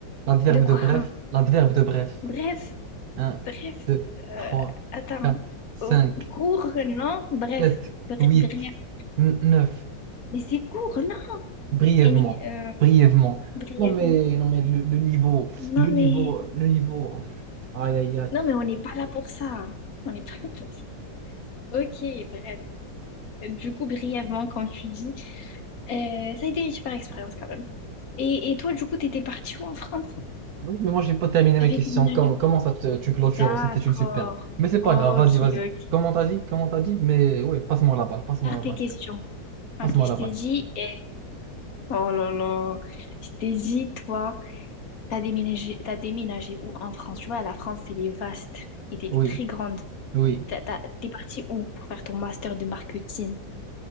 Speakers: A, on the right; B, on the left.
A: L'adverbe
B: De quoi?
A: de bref, l'adverbe de bref.
B: Bref.
A: Un,
B: Bref,
A: deux,
B: euh,
A: trois,
B: attends.
A: quatre, cinq,
B: Euh, court, non? Bref,
A: sept,
B: br-
A: huit,
B: bref.
A: neuf.
B: Mais c'est court, non?
A: Brièvement,
B: Et ni- euh,
A: brièvement.
B: bref.
A: Non mais, non mais le, le niveau,
B: Non,
A: le niveau,
B: mais...
A: le niveau. Aïe, aïe, aïe.
B: Non, mais on n'est pas là pour ça. On n'est pas là pour ça. Ok, bref. Du coup, brièvement, comme tu dis, euh, ça a été une super expérience quand même. Et, et toi, du coup, t'étais partie où en France?
A: Donc, mais moi, j'ai pas terminé mes
B: T'avais
A: questions.
B: déménagé
A: Com-
B: où
A: Comment, ça, te- tu clôtures?
B: D'accord.
A: C'était une super. Mais c'est pas
B: Ok,
A: grave, vas-y, vas-y.
B: ok.
A: Comment t'as dit? Comment t'as dit? Mais oui, passe-moi la balle, passe-moi
B: Garde
A: la
B: tes
A: balle.
B: questions.
A: Passe-moi
B: Ok, je
A: la
B: t'ai
A: balle.
B: dit... eh, Oh là là. Je t'ai dit, toi. T'as déménagé, t'as déménagé où en France? Tu vois, la France, elle est vaste. Elle est
A: Oui,
B: très grande.
A: oui,
B: T'as- t'as- T'es parti où pour faire ton master de marketing?